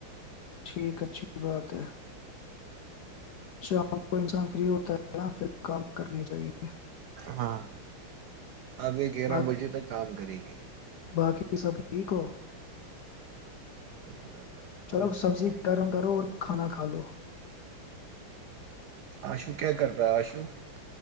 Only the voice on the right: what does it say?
ہاں ابھی گیرہ
بجے تک کام <unintelligible> کرے گی <unintelligible>
ہم خدا <unintelligible>
اور سنا
آشو کیا کرتا آشو <unintelligible>